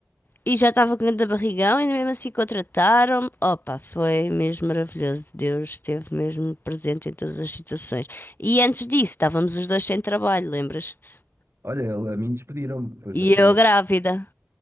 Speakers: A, on the left; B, on the right.
A: E já estava com grande barrigão, e mesmo assim contrataram-me. Opa, foi mesmo maravilhoso. Deus esteve mesmo presente em todas as situações. E antes disso, estávamos os dois sem trabalho, lembras-te?
B: Olha, a mim despediram depois
A: E
B: da formação.
A: eu grávida.